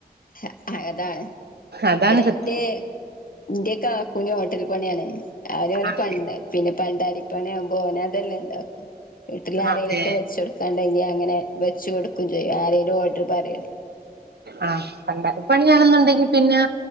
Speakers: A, on the left (about 60°); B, on the right (about 80°).
A: അ അതാണ്
B: അതാണ്
A: വ്ട
B: സത്യം
A: ന്റെ ന്റെ കാകുന് ഹോട്ടൽ പണിആണ് അവന അവന്
B: അതെ
A: പണ്ടെ പിന്നെ പണ്ടാലിപണിവുമ്പോ പിന്നെതല്ലേ ണ്ടാക്കു വീട്ടില് ആരേലൊക്കെ
B: അതെ
A: വെച്ച്ടുക്കാണ്ടെങ്കി അങ്ങനെ വെച്ചുകൊടുക്കും ചെയ്യും. ആരേലും ഓഡ്ർപറയണേ
B: ആ പണ്ടാലി പണിയാണെന്നുണ്ടെങ്കിപിന്നെ